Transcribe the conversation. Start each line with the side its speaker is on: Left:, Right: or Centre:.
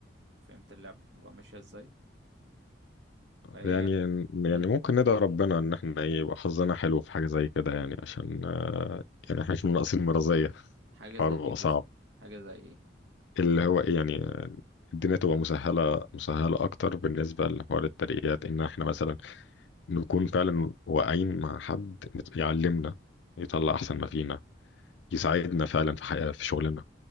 Right: فهمت اللعبة بتبقى ماشية ازاي فهي
Left: يعني يعني
Right: مم.
Left: ممكن ندعي ربنا ان احنا ايه يبقى حظنا حلو في حاجه زي كده يعني عشان آه، يعني احنا مش ناقصين مرضيه
Right: حاجة
Left: الحوار
Right: زي ايه
Left: بيبقى
Right: بالظبط
Left: صعب
Right: حاجة زي ايه
Left: اللي هو ايه يعني الدنيا تبقى مسهلة مسهلة أكتر بالنسبة لحوار الترقيات إن إحنا مثلا نكون فعلا واقعين مع حد يعلمنا يطلع أحسن ما فينا يساعدنا فعلا في حياة في شغلنا